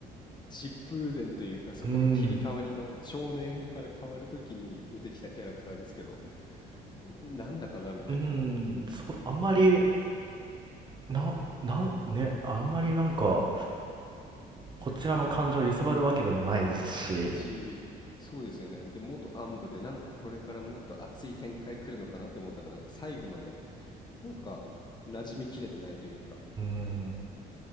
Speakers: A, on the left (about 25°); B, on the right (about 25°).
A: 疾風伝というか、そこの切り替わりの少年編から変わるときに出てきたキャラクターですけど、
B: うん。
A: んなんだかなみたいな。
B: うん、そ、あんまり、なん、なん、ね、あんまりなんか、こちらの感情を揺さばるわけでもないですし、
A: し、そうですよね。で、元暗部で、なんかこれからもっと熱い展開来るのかなって思ったら、なんか最後まで、なんか馴染みきれてないというか、
B: うん。